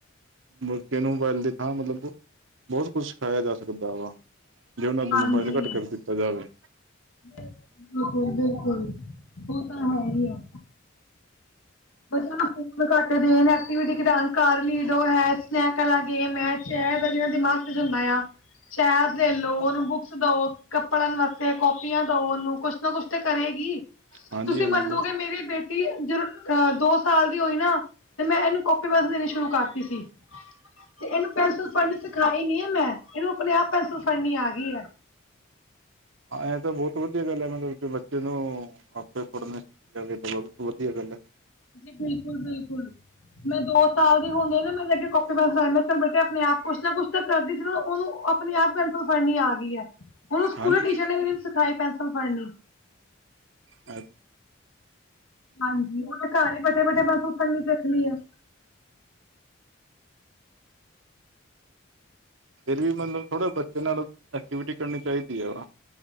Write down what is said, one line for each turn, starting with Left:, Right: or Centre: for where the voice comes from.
Right: ਬ ਨੂੰ ਬੈਲ ਦੀ ਥਾਂ ਮਤਲਬ ਬਹੁਤ ਕੁਸ਼ ਸਿਖਾਇਆ ਜਾ ਸਕਦਾ ਵਾ। ਜੇ ਉਹਨਾਂ ਦਾ
Left: ਹਾਂਜੀ
Right: ਮੋਬਾਇਲ ਘੱਟ ਕਰ ਦਿੱਤਾ ਜਾਵੇ
Left: ਬਿਲਕੁਲ ਬਿਲਕੁਲ ਉਹ ਤਾਂ ਹੈ ਹੀ ਐ ਬੱਚਿਆਂ ਨੂੰ ਫੋਨ ਘੱਟ ਦੇਣ ਐਕਟੀਵਿਟੀ ਖਿਡਾਨ ਘਰ ਲੀਡੋ ਹੈ, ਸਨੈਕ ਆਲਾ ਗੇਮ ਐ। ਏ ਵਾ ਜਿਵੇ ਦਿਮਾਗ ਚ ਹੁੰਦਾ ਆ ਚੇਸ ਲੈ ਲੋ ਓਨੂੰ ਬੁੱਕਸ ਦਓ ਪੜਨ ਵਾਸਤੇ ਕਾਪੀਆ ਦਓ ਉਹਨੂੰ ਕੁਛ ਨਾ ਕੁਛ ਤੇ ਕਰੇਗੀ।
Right: ਹਾਂਜੀ
Left: ਤੁਸੀਂ
Right: ਹਾਂਜੀ
Left: ਮੰਨੋਗੇ
Right: ਬਹੁਤ
Left: ਮੇਰੀ ਬੇਟੀ ਜ਼ਰ ਅਹ ਦੋ ਸਾਲ ਦੀ ਹੋਈ ਨਾ ਤੇ ਮੈਂ ਇਹਨੂੰ ਕਾਪੀ ਪੈਂਸਲ ਦੇਣੀ ਸ਼ੁਰੂ ਕਰਤੀ ਸੀ ਤੇ ਇਹਨੂੰ ਪੈਨਸਿਲ ਫੜਨੀ ਸਿਖਾਈ ਨੀ ਆ ਮੈਂ ਇਹਨੂੰ ਆਪਣੇ ਆਪ ਪੈਨਸਿਲ ਫੜਨੀ ਆ ਗੀ ਐ।
Right: ਹਾਂ ਇਹ ਤਾਂ ਬਹੁਤ ਵਧੀਆ ਗੱਲ ਹੈ ਮਤਲਬ ਕਿ ਬੱਚੇ ਨੂੰ ਆਪੇ ਫੜਨੇ ਵਧੀਆ ਗੱਲ ਹੈ
Left: ਜੀ ਬਿਲਕੁਲ ਬਿਲਕੁਲ ਮੈਂ ਦੋ ਸਾਲ ਦੀ ਹੁੰਦਿਆਂ ਨਾ ਮੈ ਇਹਦੇ ਅੱਗੇ ਕਾਪੀ ਪੈਨਸਲ ਰ ਮ ਚਲ ਬੇਟੇ ਆਪਣੇ ਆਪ ਕੁਛ ਨਾ ਕੁਛ ਤਾਂ ਕਰਦੀ ਸੀ ਉਹਨੂੰ ਆਪਣੀ ਆਪ ਪੈਨਸਲ ਫੜਨੀ ਆ ਗਈ ਏ ਹੁਣ ਸਕੂਲੇ
Right: ਹਾਂਜੀ
Left: ਟੀਚਰ ਨੇ ਵੀ ਨੀ ਸਿਖਾਈ ਪੈਸਲ ਫੜਨੀ
Right: ਐ
Left: ਹਾਂਜੀ ਉਹਦੇ ਘਰ ਹੀ ਬੈਠੇ ਬੈਠੇ ਪੈਨਸਲ ਫੜਨੀ ਸਿੱਖ ਲਈ ਏ
Right: ਫੇਿਰ ਵੀ ਮਤਲਬ ਥੋੜਾ ਬੱਚੇ ਨਾਲ ਐਕਟੀਵਿਟੀ ਕਰਨੀ ਚਾਹੀਦੀ ਐ ਵਾ।